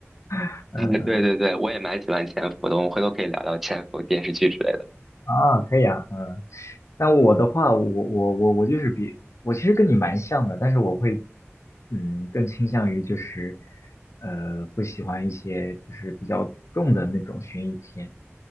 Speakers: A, in the centre; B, on the left.
A: <laughs>。
B: <laughs>
A: 嗯，<laughs> 对对对，我也蛮喜欢潜伏的，我们回头可以聊聊潜伏电视剧之类的。
B: 啊，可以啊，嗯，但我的话，我我我我就是比我其实跟你蛮像的，但是我会，嗯，更倾向于就是，呃，会喜欢一些就是比较重的那种悬疑片，